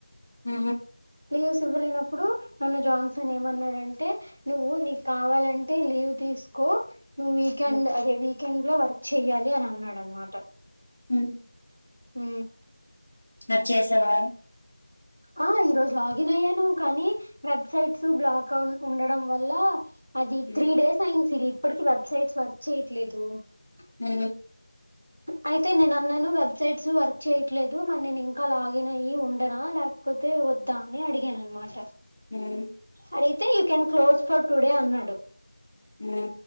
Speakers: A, on the left; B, on the right.
A: ఆ
B: లీవ్స్ ఇవ్వలేనప్పుడు నన్ను జాన్సన్ ఏమన్నాడంటే నువ్వు నీకు కావాలంటే లీవ్ తీసుకో ట వీక
A: హ్మ్.
B: ఎండ్ అవి వీకెండ్ లో వర్క్ చెయ్యాలి అని అన్నాడు అన్నమాట
A: అ
B: హ
A: మరి చేసావా
B: ఆ ఈరోజు లాగిన్ అయ్యాను కానీ వెబ్సైట్స్ బ్లాక్ అ ఉండడం వల్ల అది
A: హ్మ్.
B: త్రీ డేస్ అయింది సిరి ఇప్పటికి వెబ్సైట్స్ వర్క్ చేయట్లేదు
A: హ
B: అయితే నే నా ను వ వెబ్సైట్స్ వర్కు చేయట్లేదు మరి నేను ఇంకా లాగిన్ అయ్యి ఉండరా లేకపోతే వద్దా అని అడిగాను అనమాట.
A: అ
B: అడిగితే you can close for today అన్నాడు.
A: అ